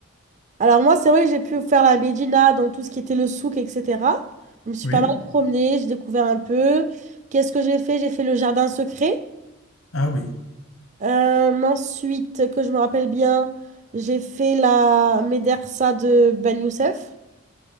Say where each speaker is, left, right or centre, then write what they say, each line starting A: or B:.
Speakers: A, on the right; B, on the left.
A: Alors moi, c'est vrai que j'ai pu faire la Médina, donc tout ce qui était le souk, etc. Je me suis
B: Oui?
A: pas mal promenée, j'ai découvert un peu. Qu'est-ce que j'ai fait? J'ai fait le jardin secret.
B: Ah oui,
A: Euh, ensuite, que je me rappelle bien, j'ai fait la Médersa de Ben Youssef.